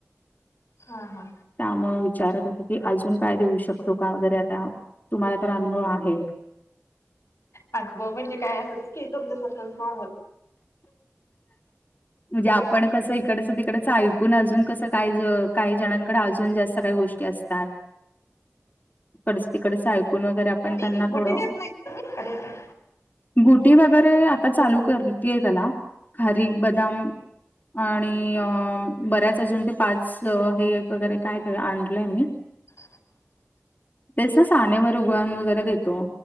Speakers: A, on the left; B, on the left.
A: हा हा
B: त्यामूळ विचारत होतो की अजून काय देऊ शकतो का वगैरे आता तुम्हाला तर अनुभव आहे.
A: अनुभव म्हणजे काय असं की तुमच्यासारखंच नॉर्मल.
B: म्हणजे आपण कस इकडचं तिकडच ऐकून अजून कसं. काहीज काही जणांकडे आज. <unintelligible> गोष्ट असतात परतीून वर पण
A: गुटी
B: त्यांना
A: गुटी
B: थोडं
A: देत नाही तुम्ही का देताय
B: गुड. ठी वगैरे आता चालू करते आहे त्याला खारी बदाम. आणि अ बऱ्याच अजून ते पाच अ हे वगैरे काय काय आणलंय मी.
A: <unintelligible>
B: तेच ना सानेवर उगण वगैरे देतो.